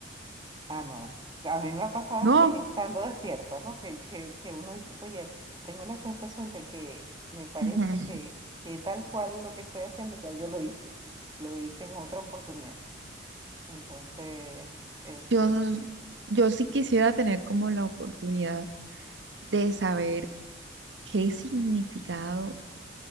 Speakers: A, on the right (about 20°); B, on the right (about 75°).
A: Ah, no. A mí me ha pasado
B: No,
A: es- estando despierta, ¿no? Que, que, que uno dice, oye, tengo la sensación de que me parece
B: ujú.
A: que, que tal cual lo que estoy haciendo ya yo lo hice, lo hice en otra oportunidad. Entonces, este,
B: Yo,
A: sí,
B: yo sí quisiera tener como la oportunidad de saber qué significado